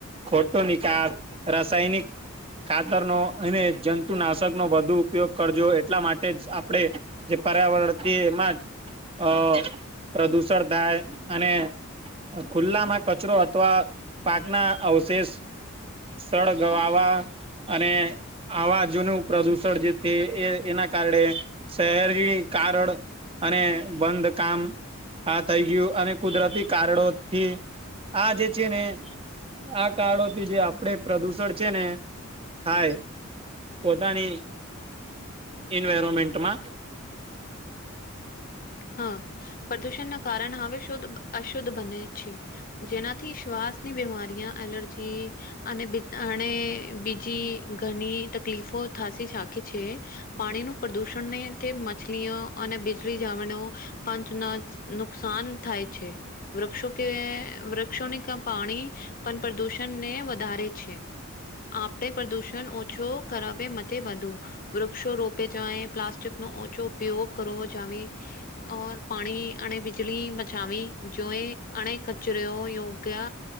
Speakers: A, on the right (about 25°); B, on the left (about 45°).
A: ખોટો નિકાસ રાસાયનિક ખાતરનો અને જંતુનાશકનો વધુ ઉપયોગ કરજો એટલા માટે જ આપણે જે પર્યાવરથી એમાં જ અ પ્રદુષણ થાય અને ખુલ્લામાં કચરો અથવા પાકના અવશેષ સળગવાવા અને આવાજોનું પ્રદુષણ જે છે, એ એના કારણે શહેરી કારણ અને બંધ કામ આ થઈ ગયું અને કુદરતી કારણોથી આ જે છે, ને આ કારણો જે આપડે પ્રદુષણ છે, ને થાય પોતાની ઈન્વાયરોમેન્ટમાં
B: હ પ્રદુષણના કારણે હવે શુદ્ધ અશુદ્ધ બને છે. જેનાથી શ્વાસની બીમારીયાં એલર્જી અને બી અણે બીજી ઘણી તકલીફો થાશી સાખે છે. પાણીનું પ્રદુષણને તે મછલીઆં અને બિજલી જાવાનું પંચના નુકસાન થાય છે. વૃક્ષો કે વૃક્ષોનિકા પાણી પણ પ્રદૂષણને વધારે છે. આપણે પ્રદુષણ ઓછો કરાવે મતે વધુ વૃક્ષો રોપે જ્યાં એ પ્લાસ્ટિકનો ઓછો ઉપયોગ કરવો જાવે ઓર પાણી અને બિજલી મચાવી જોએ અને કચરો યોગ્ય